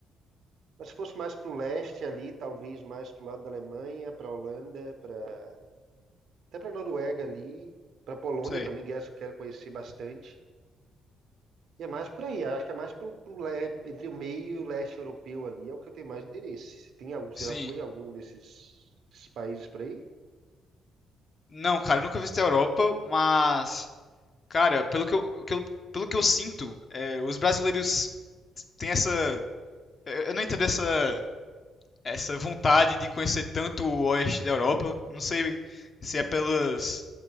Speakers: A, on the right; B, on the left.
A: Mas se fosse mais pro leste ali, talvez mais pro lado da Alemanha, pra Holanda, pra, até pra Noruega ali. Pra Polônia
B: Sei.
A: também, que é essa eu quero conhecer bastante. E é mais por aí, acho que é mais pro, pro le- entre o meio e o leste europeu ali, é o que eu tenho mais interesse. Tem algum, você
B: Sim.
A: já foi em algum desses, desses países por aí?
B: Não, cara, eu nunca visitei a Europa, mas cara, pelo que eu, que eu- pelo que eu sinto, é, os brasileiros têm essa eu eu não entendo essa essa vontade de conhecer tanto o oeste da Europa. Não sei se é pelas,